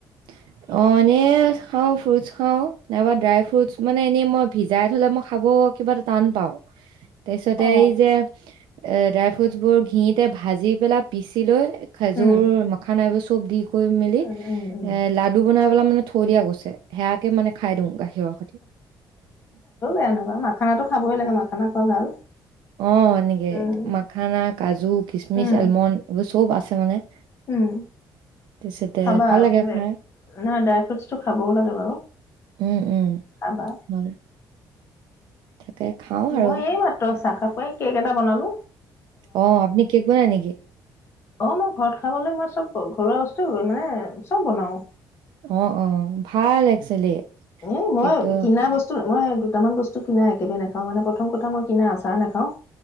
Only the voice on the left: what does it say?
অ
উম
উম উম উম
<inaudible> <unintelligible> খাবই লাগে মাখানা খোৱা ভাল।
উম
উম
উম'।
খাবা,
মানে
নহয় ড্ৰাই ফ্ৰুটচটো খাবও লাগে বাৰু।
খাবা।
মই এই মাত্ৰ চাহ কাপ এ, কেক এটা বনালোঁ।
অ', মই ঘৰত খাবলে মই চ'ব কৰো, ঘৰুৱা বস্তু মানে চ'ব বনাও।
এ মই
কিনা বচ মই দুটামান বস্তু কিনা একেবাৰে নাখাও, মানে প্ৰথম কথা মই কিনা আচাৰ নাখাও।